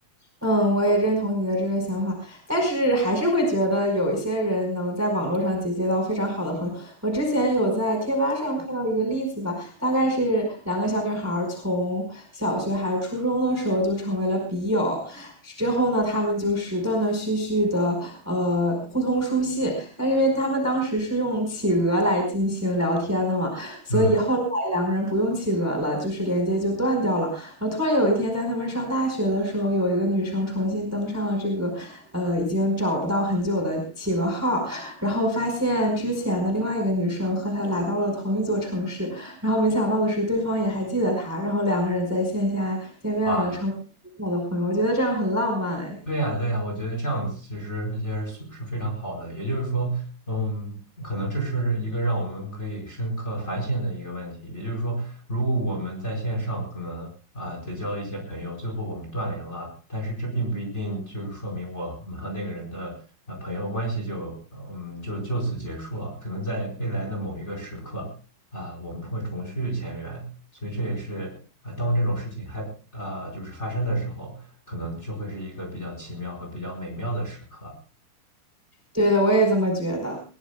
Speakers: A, in the centre; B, on the left.
A: 嗯，我也认同你的这个想法，但是还是会觉得有一些人能在网络上结交到非常好的朋友。我之前有在贴吧上看到一个例子吧，大概是两个小女孩儿从小学还是初中的时候就成为了笔友，之后呢，他们就是断断续续的呃互通书信，但是因为他们当时是用企鹅来进行聊天的嘛，所以后来两个人不用企鹅了，
B: 嗯，
A: 就是连接就断掉了。然后突然有一天，在他们上大学的时候，有一个女生重新登上了这个，呃，已经找不到很久的企鹅号，然后发现之前的另外一个女生和她来到了同一座城市，然后没想到的是，对方也还记得她，然后两个人在线下见面了，
B: 哇，
A: 成为我的朋友。我觉得这样很浪漫哎。
B: 对呀，对呀，我觉得这样子其实其实是是非常好的。也就是说，嗯，可能这是一个让我们可以深刻反省的一个问题。也就是说，如果我们在线上可能啊、结交了一些朋友，最后我们断联了，但是这并不一定就是说明我们和那个人的啊朋友关系就呃嗯就就此结束了。可能在未来的某一个时刻啊、我们会重续前缘。所以这也是啊、呃当这种事情还呃就是发生的时候。可能就会是一个比较奇妙和比较美妙的时刻。
A: 对的，我也这么觉得。